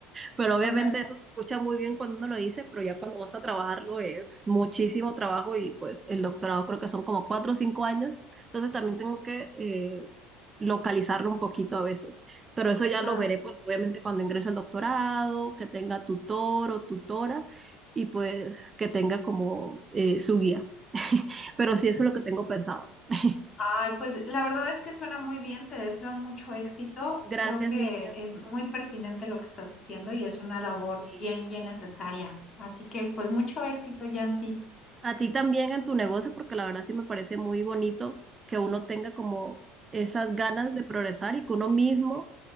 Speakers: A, on the right; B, on the left.
A: Pero obviamente
B: Ajá.
A: eso se escucha muy bien cuando uno lo dice, pero ya cuando vas a trabajarlo es muchísimo trabajo y pues el doctorado creo que son como cuatro o cinco años, entonces también tengo que eh, localizarlo un poquito a veces, pero eso ya
B: Claro.
A: lo veré pues obviamente cuando ingrese al doctorado, que tenga tutor o tutora y pues que tenga como eh, su guía, pero sí eso es lo que tengo pensado. <laughs>
B: Ay, pues la verdad es que suena muy bien, te deseo mucho éxito.
A: Gracias
B: Creo que
A: Miriam.
B: es muy pertinente lo que estás haciendo y es una labor
A: y
B: bien, bien necesaria. Así que pues mucho éxito, Yancy.
A: A ti también en tu negocio, porque la verdad sí me parece muy bonito que uno tenga como esas ganas de progresar y que uno mismo